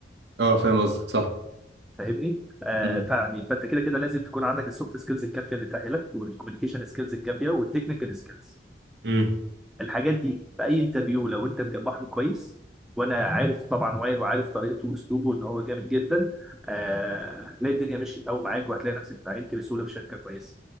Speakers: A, on the right (about 70°); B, in the centre.
A: اه فاهم قصدك صح
B: فاهمني؟ آه
A: امم
B: فعني فانت كده كده لازم تكون عندك السوفت سكيلز الكافيه اللي تاهلك والكوميونيكيشن سكيلز الكافيه والتكنيكال سكيلز
A: امم
B: الحاجات دي في اي انترفيو لو انت مجمعهم كويس وانا عارف طبعا وائل وعارف طريقته واسلوبه ان هو جامد جدا آه هتلاقي الدنيا مشيت قوي معاك وهتلاقي نفسك اتعينت بسهوله في شركه كويسه